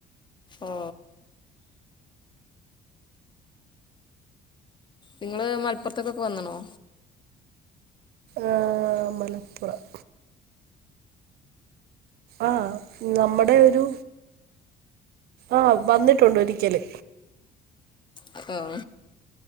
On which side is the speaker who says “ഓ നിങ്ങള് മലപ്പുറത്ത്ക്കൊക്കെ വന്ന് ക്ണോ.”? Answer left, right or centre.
Left